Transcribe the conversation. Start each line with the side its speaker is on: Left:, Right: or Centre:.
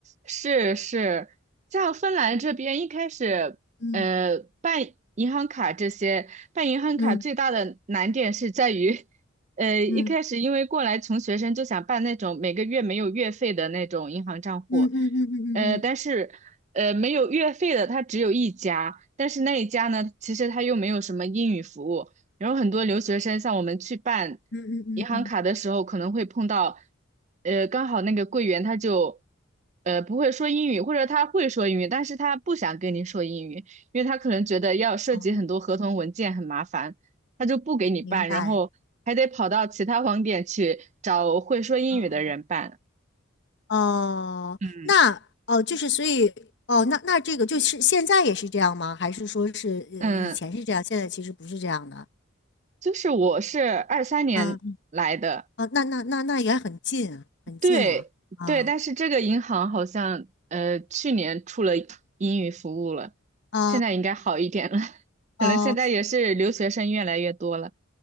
Right: 是是，像芬兰这边一开始，
Left: 嗯
Right: 呃，办银行卡这些，办银行卡最大的难点是在于，
Left: 嗯
Right: 呃，一开始因为过来穷学生就想办那种每个月没有月费的那种银行账户，
Left: 嗯嗯嗯嗯嗯嗯嗯
Right: 呃，但是呃没有月费的它只有一家，但是那一家呢，其实它又没有什么英语服务，然后很多留学生，像我们去办
Left: 嗯嗯嗯嗯，
Right: 银行卡的时候，可能会碰到，呃，刚好那个柜员他就，呃，不会说英语，或者他会说英语，但是他不想跟你说英语，因为他可能觉得要涉及很多合同文件很麻烦，
Left: 哦，
Right: 他就不给你办，
Left: 明白。
Right: 然后还得跑到其他网点去找会说英语的人办。
Left: 哦哦，
Right: 嗯
Left: 那哦，就是所以哦，那那这个就是现在也是这样吗？还是说是呃以前是这样，
Right: 嗯，
Left: 现在其实不是这样的？
Right: 就是我是二三年来的。
Left: 啊啊，那那那那也很近，很近了啊
Right: 对对，但是这个银行好像呃去年出了英语服务了，
Left: 啊
Right: 现在应该好一点了，<laughs>
Left: 哦，
Right: 可能现在也是留学生越来越多了。
Left: 哦